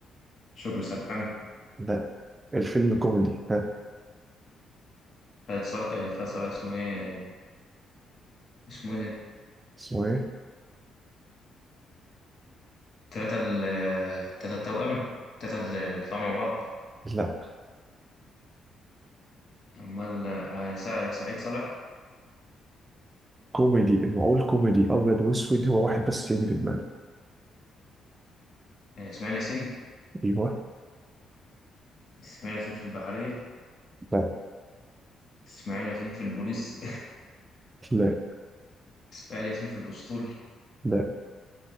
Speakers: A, on the left (about 55°); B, on the right (about 25°).
A: شكري سرحان
B: لا الفيلم كوميدي ها
A: خالد صالح آه، خالد صالح اسمه إيه؟ اسمه إيه ده؟
B: اسمه ايه؟
A: تلاتة ال تلاتة التوأم تلاتة اللي بيطلعوا مع بعض
B: لا
A: أمال آه، سع- سعيد صالح
B: كوميدي نقول كوميدي ابيض واسود هو واحد بس يجي في دماغي
A: آه، إسماعيل ياسين
B: ايوه
A: إسماعيل ياسين في البحرية
B: لا
A: إسماعيل ياسين في البوليس
B: لا
A: <laughs> إسماعيل ياسين في الأسطول
B: لا